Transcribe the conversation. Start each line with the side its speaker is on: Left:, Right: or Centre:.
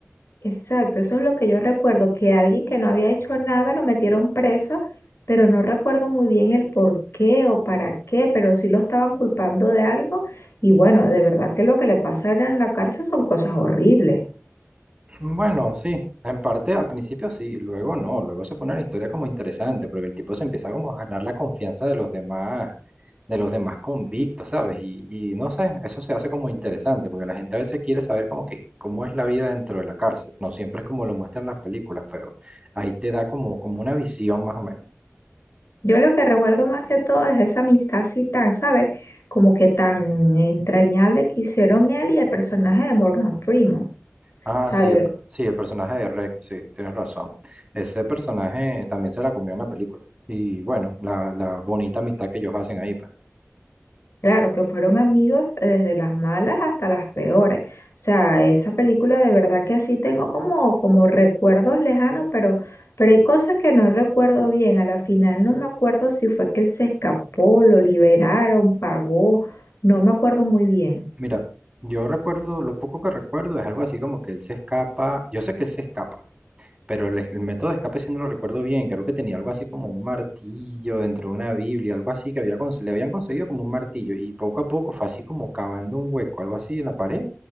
Left: Exacto, eso es lo que yo recuerdo, que alguien que no había hecho nada lo metieron preso, pero no recuerdo muy bien el por qué o para qué, pero sí lo estaban culpando de algo. Y bueno, de verdad que lo que le pasa a él en la cárcel son cosas horribles.
Right: Bueno, sí, en parte al principio sí, luego no, luego se pone la historia como interesante, porque el tipo se empieza como a ganar la confianza de los demás, de los demás convictos, ¿sabes? Y, y no sé, eso se hace como interesante, porque la gente a veces quiere saber como que cómo es la vida dentro de la cárcel, no siempre es como lo muestran las películas, pero ahí te da como, como una visión más o menos.
Left: Yo lo que recuerdo más que todo es esa amistad así tan, ¿sabes? Como que tan entrañable que hicieron él y el personaje de Morgan Freeman. O
Right: Ah,
Left: sea,
Right: sí,
Left: de
Right: el
Left: verdad.
Right: per- sí, el personaje de Rex, sí, tienes razón. Ese personaje también se la comió en la película. Y bueno, la, la bonita amistad que ellos hacen ahí, pues.
Left: Claro, que fueron amigos desde las malas hasta las peores. O sea, esa película de verdad que así tengo como, como recuerdos lejanos, pero, pero hay cosas que no recuerdo bien. A la final no me acuerdo si fue que él se escapó, lo liberaron, pagó. No me acuerdo muy bien.
Right: Mira, yo recuerdo, lo poco que recuerdo es algo así como que él se escapa, yo sé que él se escapa, pero el, el método de escape sí no lo recuerdo bien, creo que tenía algo así como un martillo dentro de una Biblia, algo así que había, cons- le habían conseguido como un martillo y poco a poco fue así como cavando un hueco, algo así en la pared